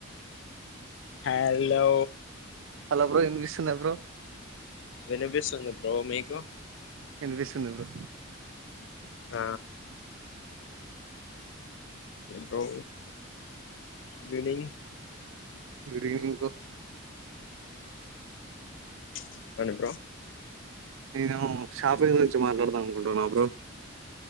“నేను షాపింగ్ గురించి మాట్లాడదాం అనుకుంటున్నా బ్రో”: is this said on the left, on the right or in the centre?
Right